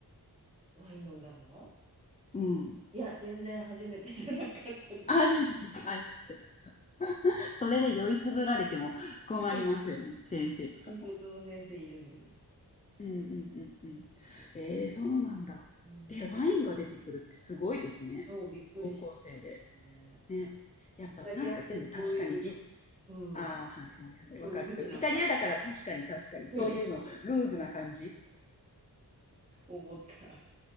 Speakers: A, on the right; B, on the left.
A: ワイン飲んだの
B: うん。
A: いや、全然初めてじゃなかったです。
B: ああ、じゃあ、じゃあ、あ、かったよかった。それで酔いつぶられても困りますよね、
A: <laughs>
B: 先生とかも。
A: 引率の先生いるのに。
B: うんうんうんうん。
A: う
B: ええ、そうなんだ。
A: ん
B: で、ワインが出てくるってすごいですね。
A: そう、びっくりしましたね。
B: 高校生で。ね。やっぱなんかでも確かにじ、
A: イタリアってそういう、うん、
B: ああ、はいはいはい、わかる。
A: そういう国なんか
B: イタリアだから確かに確かに、そういうの、
A: <laughs>
B: ルーズな感じ。
A: 思った。